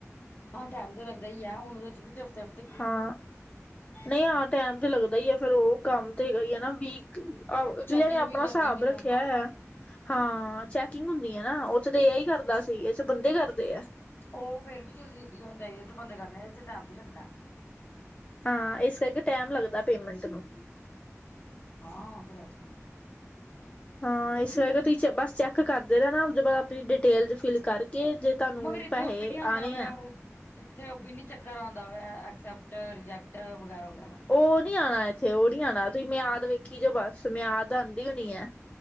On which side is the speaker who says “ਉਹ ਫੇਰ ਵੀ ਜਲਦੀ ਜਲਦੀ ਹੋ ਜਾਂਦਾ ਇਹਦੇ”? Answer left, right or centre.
Left